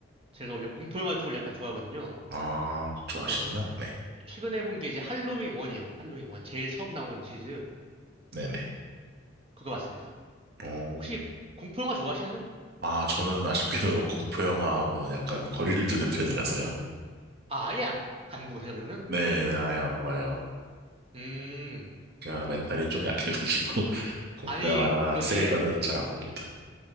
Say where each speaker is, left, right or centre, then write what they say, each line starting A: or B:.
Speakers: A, on the right; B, on the right.
A: 제가 원래 공포 영화 쪽을 약간 좋아하거든요.
B: 아, 좋아하시구나.
A: 그래서
B: 네.
A: 최근에 본 게 이제 할로윈 1이요. 할로윈 1. 제일 처음 나온 시리즈.
B: 네네.
A: 그거 봤습니다.
B: 어,
A: 혹시 공포 영화 좋아하시나요?
B: 아, 저는 아쉽게도 <laughs> 공포 영화하고는 약간 거리를 두는 편이라서요.
A: 아, 아예 안, 안 보세요, 그러면은?
B: 네네, 아예 안 봐요.
A: 음,
B: 제가 멘탈이 좀 약해가지고 <laughs> 공포
A: 아니,
B: 영화나
A: 그런데
B: 스릴러는 잘 안 봅니다.